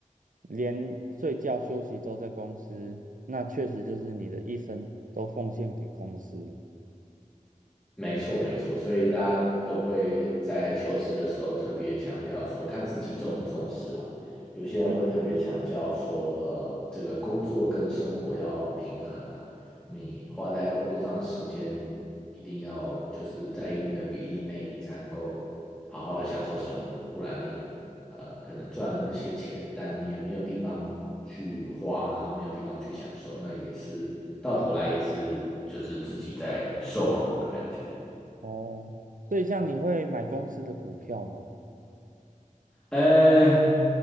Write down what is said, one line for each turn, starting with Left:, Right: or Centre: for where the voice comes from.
Right: 连睡觉休息都在公司，那确实就是你的一生都奉献给公司了。
Centre: 没错，没错，所以大家都会在求职的时候特别强调说，看自己重不重视了。有些人会特别强调说，
Right: 嗯，
Centre: 呃，这个工作跟生活要平衡啊，你花在工作上的时间一定要就是在一定的比例内，你才能够好好的享受生活，不然你呃可能赚了那些钱，但你也没有地方去花啊没有地方去享受，那也是到头来也是就是自己在受苦的感觉。
Right: 哦，所以像你会买公司的股票吗？
Centre: 呃，